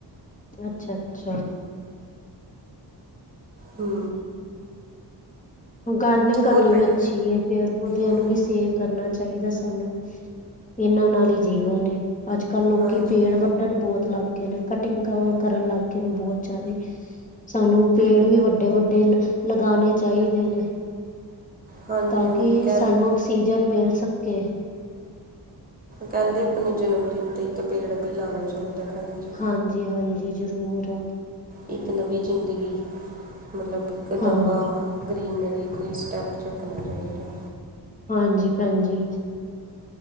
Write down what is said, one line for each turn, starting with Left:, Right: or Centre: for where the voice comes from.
Left: ਅੱਛਾ ਅੱਛਾ।
Right: ਹੂ
Left: ਗਾਰਡਨਿੰਗ ਕਰਨੀ
Right: ਹੋਰ ਭੈਣ
Left: ਵੀ ਅੱਛੀ ਏ, ਪੇੜ ਪੌਦਿਆਂ
Right: ਹੂੰ
Left: ਨੂੰ ਵੀ ਸੇਫ ਕਰਨਾ ਚਾਹੀਦਾ ਸਾਨੂੰ, ਇਹਨਾਂ ਨਾਲ ਹੀ ਜੀਵਨ ਏ, ਅੱਜ ਕੱਲ੍ਹ ਲੋਕੀ
Right: ਹਾਂਜੀ
Left: ਪੇੜ ਵੱ ਕੱਢਣ ਬਹੁਤ ਲੱਗ ਗਏ ਨੇ, ਕਟਿੰਗ ਕਰਨ ਲੱਗ ਗਏ ਨੇ ਬਹੁਤ ਜ਼ਿਆਦਾ। ਸਾਨੂੰ ਪੇੜ ਵੀ ਵੱਡੇ ਵੱਡੇ ਲਗਾਣੇ ਚਾਹੀਦੇ ਨੇ।
Right: ਹਾਂਜੀ
Left: ਤਾਂ
Right: ਹਾਂਜੀ
Left: ਕਿ
Right: ਕਹਿੰ
Left: ਸਾਨੂੰ ਆਕਸੀਜਨ ਮਿਲ ਸਕੇ।
Right: ਕਹਿੰਦੇ, ਆਪਣੇ ਜਨਮਦਿਨ 'ਤੇ ਇੱਕ ਪੇੜ ਵੀ ਲਾਣਾ ਚਾਹੀਦਾ। ਭੈਣ ਜੀ
Left: ਹਾਂਜੀ ਹਾਂਜੀ ਜ਼ਰੂਰ।
Right: ਇੱਕ ਨਵੀਂ ਜ਼ਿੰਦਗੀ, ਮਤਲਬ ਇੱਕ ਨਵਾ
Left: ਹਾਂ
Right: ਗ੍ਰੀਨਰੀ ਦਾ, ਸਟੈਪ ਚੁੱਕਣਾ ਚਾਹੀਦਾ।
Left: ਹਾਂਜੀ ਭੈਣਜੀ।